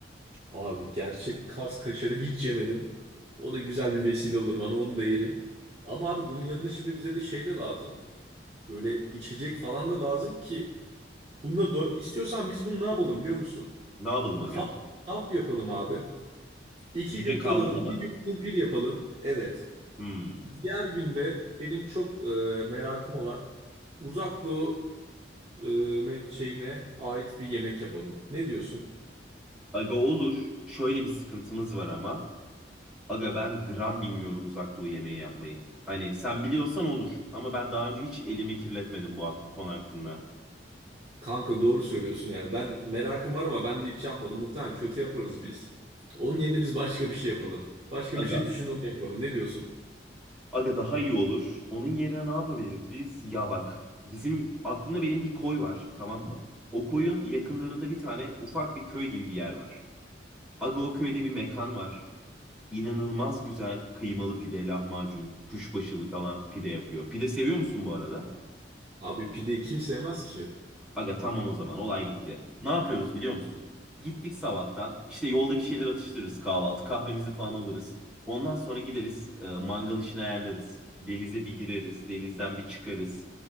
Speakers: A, on the right; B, in the centre.
A: Abi gerçek Kars kaşarı hiç yemedim. O da güzel bir vesile olur bana onu da yerim. Ama abi bunun yanında şimdi bize de şey de lazım. Böyle içecek falan da lazım ki. Bununla do- istiyorsan biz bunu ne yapalım biliyor musun?
B: Ne yapalım aga?
A: Kamp, kamp yapalım abi. İki
B: Gece
A: gün
B: kalmalı
A: kalalım,
B: mı?
A: bir gün kumpir yapalım. Evet.
B: Hmm.
A: Diğer günde benim çok e, merakım olan Uzak Doğu e, me- şeyine ait bir yemek yapalım. Ne diyorsun?
B: Aga olur. Şöyle bir sıkıntımız var ama. Aga ben gram bilmiyorum uzak doğu yemeği yapmayı. Hani sen biliyorsan olur. Ama ben daha önce hiç elimi kirletmedim bu hak- konu hakkında.
A: Kanka doğru söylüyorsun yani. Ben merakım var ama ben de hiç yapmadım. Muhtemelen kötü yaparız biz. Onun yerine biz başka bir şey yapalım. Başka
B: Aga,
A: bir şey düşün onu yapalım. Ne diyorsun?
B: aga daha iyi olur. Onun yerine ne yapabiliriz biz? Ya bak, bizim aklımda benim bir koy var, tamam mı? O koyun yakınlarında bir tane ufak bir köy gibi bir yer var. Aga o köyde bir mekan var. İnanılmaz güzel kıymalı pide, lahmacun, kuşbaşılı falan pide yapıyor. Pide seviyor musun bu arada?
A: Abi pideyi kim sevmez ki?
B: Aga tamam o zaman olay bitti. Ne yapıyoruz biliyor musun? Gittik sabahtan işte yolda bir şeyler atıştırırız kahvaltı kahvemizi falan alırız. Ondan sonra gideriz e, mangal işini ayarlarız. Denize bir gireriz denizden bir çıkarız.